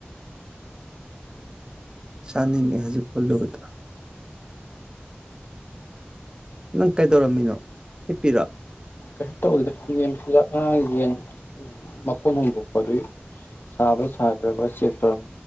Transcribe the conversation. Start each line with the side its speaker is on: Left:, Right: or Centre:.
Right: ꯆꯥꯅꯤꯡꯉꯦ ꯍꯧꯖꯤꯛ ꯄꯜꯂꯨꯕꯗ ꯅꯪ ꯀꯩꯗꯧꯔꯝꯃꯤꯅꯣ ꯍꯤꯞꯄꯤꯔꯣ
Left: ꯀꯩꯩꯅ ꯇꯧꯕꯗꯗ ꯌꯦꯖ ꯌꯦꯟ ꯃꯀꯣꯟ ꯍꯣꯡꯗꯣꯛꯄꯗꯨ ꯁꯥꯕ ꯁꯥꯗ꯭ꯔꯕ ꯆꯦꯛ ꯇꯧꯔꯝ